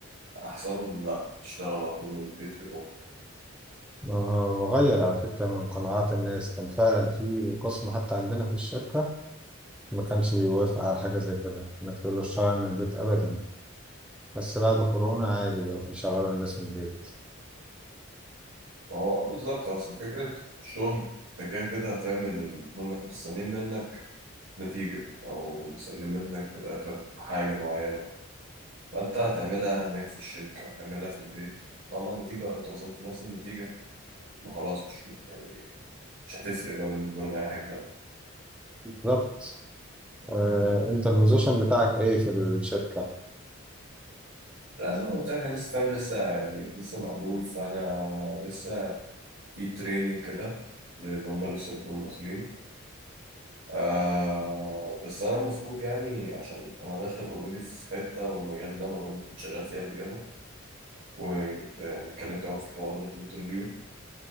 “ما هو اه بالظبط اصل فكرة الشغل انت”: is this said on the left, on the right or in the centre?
Right